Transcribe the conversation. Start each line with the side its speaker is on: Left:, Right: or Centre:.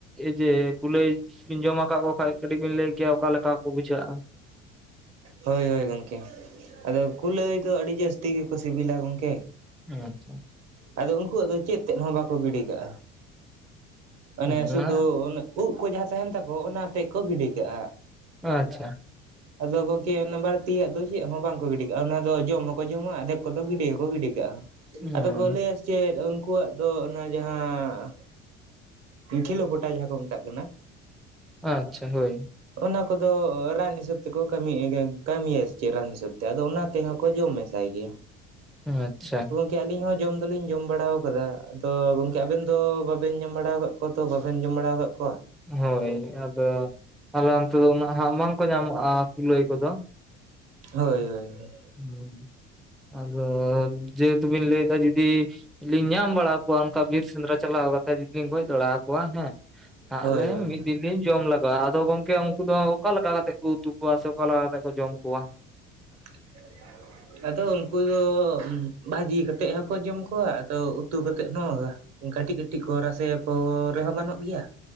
Centre: ᱮ ᱡᱮ ᱠᱩᱞᱟᱹᱭ ᱵᱤᱱ ᱡᱚᱢ ᱟᱠᱟᱫ ᱠᱚ ᱠᱷᱟᱱᱡ ᱠᱟᱹᱴᱤᱡ ᱵᱤᱱ ᱞᱟᱹᱭ ᱠᱮᱭᱟ ᱚᱠᱟ ᱞᱮᱠᱟ ᱠᱚ ᱵᱩᱡᱷᱟᱹᱜᱼᱟ?
Right: ᱦᱳᱭ ᱦᱳᱭ ᱜᱚᱢᱠᱮ᱾ ᱟᱫᱚ ᱠᱩᱞᱟᱹᱭ ᱫᱚ ᱟᱹᱰᱤ ᱡᱟᱹᱥᱛᱤ ᱜᱮᱠᱚ ᱥᱤᱵᱤᱞᱟ ᱜᱚᱢᱠᱮ᱾
Centre: ᱟᱪᱪᱷᱟ᱾
Right: ᱟᱫᱚ ᱩᱱᱠᱩᱣᱟᱜ ᱫᱚ ᱪᱮᱫ ᱛᱮᱫ ᱦᱚᱸ ᱵᱟᱠᱚ ᱜᱤᱰᱤ ᱠᱟᱜᱼᱟ᱾ ᱚᱱᱮ
Centre: ᱦᱮᱸ
Right: ᱥᱩᱫᱩ ᱩᱱᱮ ᱩᱵ ᱠᱚ ᱡᱟᱦᱟᱸ ᱛᱟᱦᱮᱱ ᱛᱟᱠᱚ ᱚᱱᱟᱛᱮᱫ ᱠᱚ ᱜᱤᱰᱤ ᱠᱟᱜᱼᱟ᱾
Centre: ᱟᱪᱪᱷᱟ᱾
Right: ᱟᱫᱚ ᱜᱚᱝᱠᱮ ᱚᱱᱟ ᱵᱟᱹᱲᱛᱤᱭᱟᱜ ᱫᱚ ᱪᱮᱫ ᱦᱚᱸ ᱵᱟᱝᱠᱚ ᱜᱤᱰᱤ ᱠᱟᱜᱼᱟ ᱚᱱᱟ ᱫᱚ ᱡᱚᱢ ᱦᱚᱸᱠᱚ ᱡᱚᱢᱟ ᱟᱫᱷᱮᱠ ᱠᱚᱫᱚ ᱜᱤᱰᱤ ᱦᱚᱸᱠᱚ ᱜᱤᱰᱤ ᱠᱟᱜᱼᱟ᱾
Centre: ᱦᱮᱸ᱾
Right: ᱟᱨ ᱪᱮᱫ ᱩᱱᱠᱩᱣᱟᱜ ᱫᱚ ᱚᱱᱟ ᱡᱟᱦᱟᱸ ᱤ ᱠᱷᱤᱞᱳ ᱯᱚᱴᱟ ᱡᱟᱦᱟᱸ ᱠᱚ ᱢᱮᱛᱟᱜ ᱠᱟᱱᱟ᱾
Centre: ᱟᱪᱪᱷᱟ ᱦᱳᱭ᱾
Right: ᱚᱱᱟ ᱠᱚᱫᱚ ᱨᱟᱱ ᱦᱤᱥᱟᱹᱵ ᱛᱮᱠᱚ ᱠᱟᱹᱢᱤ ᱠᱟᱹᱢᱤᱭᱟ ᱥᱮᱪᱮᱫ ᱨᱟᱱ ᱦᱤᱥᱟᱹᱵ ᱛᱮ ᱟᱫᱚ ᱚᱱᱟ ᱛᱮ ᱦᱚᱸᱚᱸᱠᱚ ᱡᱚᱢ ᱢᱮᱥᱟᱭ ᱜᱮᱭᱟ᱾
Centre: ᱟᱪᱪᱷᱟ᱾
Right: ᱟᱞᱤᱧ ᱦᱚᱸ ᱡᱚᱢ ᱫᱚᱞᱤᱧ ᱡᱚᱢ ᱵᱟᱲᱟ ᱟᱠᱟᱫᱟ, ᱟᱫᱚ ᱜᱚᱝᱠᱮ ᱟᱵᱮᱱ ᱫᱚ ᱵᱟᱵᱮᱱ ᱡᱚᱢ ᱵᱟᱲᱟ ᱟᱠᱟᱫ ᱠᱚᱣᱟ ᱛᱚ ᱵᱟᱵᱮᱱ ᱡᱚᱢ ᱵᱟᱲᱟ ᱟᱠᱟᱫ ᱠᱚᱣᱟ᱾
Centre: ᱦᱳᱭ ᱟᱫᱚ ᱟᱞᱮ ᱚᱱᱛᱮ ᱫᱚ ᱩᱱᱟᱹᱜ ᱦᱟᱸᱜ ᱵᱟᱝᱠᱚ ᱧᱟᱢᱚᱜᱼᱟ ᱠᱩᱞᱟᱹᱭ ᱠᱚᱫᱚ᱾
Right: ᱦᱳᱭ ᱦᱳᱭ ᱦᱳᱭ᱾
Centre: ᱦᱮᱸ ᱟᱫᱚ ᱡᱮᱦᱮᱛᱩ ᱵᱤᱱ ᱞᱟᱹᱭᱫᱟ ᱡᱩᱫᱤ ᱞᱤᱧ ᱧᱟᱢ ᱵᱟᱲᱟᱣ ᱠᱚᱣᱟ ᱚᱱᱠᱟ ᱵᱤᱨ ᱥᱮᱸᱫᱽᱨᱟ ᱪᱟᱞᱟᱣ ᱠᱟᱛᱮ ᱡᱩᱫᱤᱢ ᱜᱚᱡ ᱫᱟᱲᱟ ᱟᱠᱚᱣᱟ ᱦᱮᱸ ᱦᱟᱸᱜ-ᱞᱮ
Right: ᱦᱳᱭ ᱦᱳᱭ
Centre: ᱢᱤᱫ ᱵᱤᱞᱤᱧ ᱡᱚᱢ ᱞᱟᱜᱟᱣᱟ, ᱟᱫᱚ ᱜᱚᱝᱠᱮ ᱩᱱᱠᱩ ᱫᱚ ᱚᱠᱟ ᱞᱮᱠᱟ ᱠᱟᱛᱮᱜ ᱠᱚ ᱩᱛᱩ ᱠᱚᱣᱟ ᱥᱮ ᱚᱠᱟ ᱞᱮᱠᱟ ᱠᱟᱛᱮ ᱠᱚ ᱡᱚᱢ ᱠᱚᱣᱟ?
Right: <inaudible> ᱟᱫᱚ ᱩᱱᱠᱩ ᱫᱚ ᱵᱷᱟᱹᱡᱤ ᱠᱟᱛᱮᱫ ᱦᱚᱠᱚ ᱡᱚᱢ ᱠᱚᱣᱟ ᱟᱫᱚ ᱩᱛᱩ ᱠᱟᱛᱮᱫ ᱦᱚᱸ᱾ ᱠᱟᱹᱴᱤᱡ ᱠᱟᱹᱴᱤᱡ ᱠᱚ ᱨᱟᱥᱮ ᱟᱠᱚ ᱨᱮᱦᱚᱸ ᱜᱟᱱᱚᱜ ᱜᱮᱭᱟ᱾